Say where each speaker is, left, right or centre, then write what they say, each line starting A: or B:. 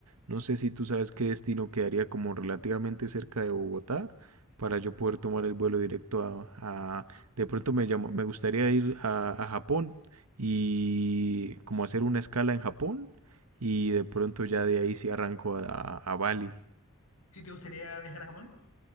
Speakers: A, on the right; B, on the left.
A: No sé si tú sabes qué destino quedaría como relativamente cerca de Bogotá para yo poder tomar el vuelo directo a... a- de pronto me llamo, me gustaría ir a, a Japón y como hacer una escala en Japón y de pronto ya de ahí sí arranco a, a a Bali.
B: Si te gustaría viajar a Japón,